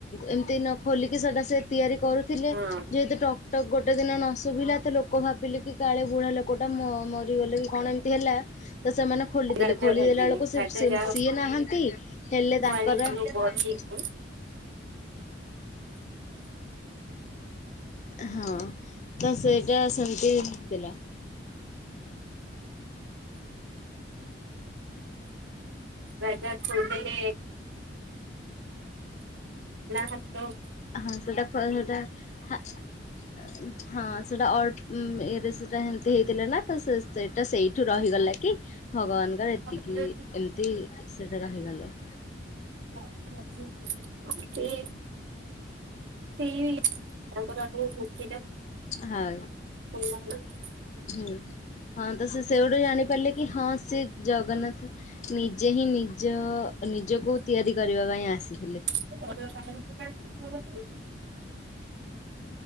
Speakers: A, on the left (about 40°); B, on the right (about 70°).
A: ଏମିତି ନ ଖୋଲିକି ସେଟା ସେ ତିଆରି କରୁଥିଲେ
B: ହଁ
A: ଯେହେତୁ ଟକ୍ ଟକ୍ ଗୋଟେ ଦିନ ନ ଶୁଭିଲା ତ ଲୋକ ଭାବିଲେ କି କାଳେ ବୁଢା ଲୋକଟା ମ ମରିଗଲା କି କଣ ଏମିତି ହେଲା ତ ସେମାନେ ଖୋଲିଦେଲେ
B: ରାଜା
A: ଖୋଲିଦଲାବେଳକୁ
B: ଭାବିଲେ
A: ସେ
B: ରାଜା
A: ସେ
B: ଯାହାକୁ
A: ସିଏ ନାହାନ୍ତି ହେଲେ ତାଙ୍କର
B: ଆଣିଥିଲୁ ବଟିକୁ
A: ହୁଁ ହଁ ତ ସେଇଟା ସେମିତିଥିଲା।
B: ରାଜା ଖୋଲି ଦେଲେ ହାତ
A: ହଁ ସେଟା ଖୋଲ ସେଟା ହଁ ସେଇଟା ଅଳ୍ପ ଉଁ ଇଏରେ ସେଟା ହେମତି ହେଇଥିଲା ନା ତ ସେ ସେଇଟା ସେଇଠୁ ରହିଗଲା କି ଭଗବାନଙ୍କର ଏତିକି
B: ବିନା
A: ଏମିତି ସେଟା ରହିଗଲେ।
B: <unintelligible> ସେଇ ତାଙ୍କର ହେଇ ମୂର୍ତ୍ତିଟା <unintelligible>
A: ହଁ
B: ଖୋଲାହେଲେ
A: ହୁଁ ହଁ ତ ସେ ସେଇଠୁ ଜାଣିପାରିଲେ କି ହଁ ସେ ଜଗନ୍ନାଥ ନିଜେ ହିଁ ନିଜ ନିଜକୁ ତିଆରି କରିବା ପାଇଁ ଆସି
B: <unintelligible>